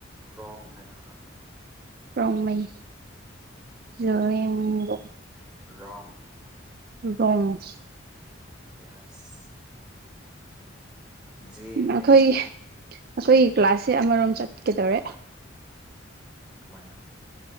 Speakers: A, in the centre; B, on the right.
A: ꯔꯣꯡ ꯍꯥꯏꯅ ꯍꯥꯞꯄ
B: ꯔꯣꯡꯃꯩ ꯖꯦꯂꯦꯡꯔꫭꯡ
A: ꯔꯣꯡ
B: ꯔꫭꯡꯁ
A: ꯌꯦꯁ ꯖꯦꯃꯦ
B: ꯑꯩꯈꯣꯏꯒꯤ ꯑꯩꯈꯣꯏꯒꯤ ꯀ꯭ꯂꯥꯁꯁꯦ ꯑꯃꯔꯣꯝ ꯆꯠꯀꯦꯗꯧꯔꯦ
A: ꯀꯃꯥꯏꯅ